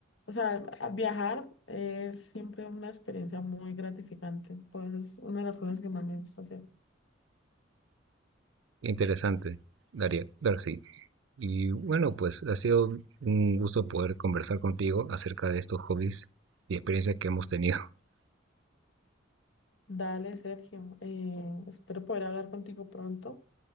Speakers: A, on the left; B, on the right.
A: O sea, a- viajar es siempre una experiencia muy gratificante, por eso es una de las cosas que más me gusta hacer.
B: interesante, Daría, Darcy. Y bueno, pues ha sido un gusto poder conversar contigo acerca de estos hobbies y experiencias que hemos tenido. <laughs>
A: Dale, Sergio. eh, espero poder hablar contigo pronto.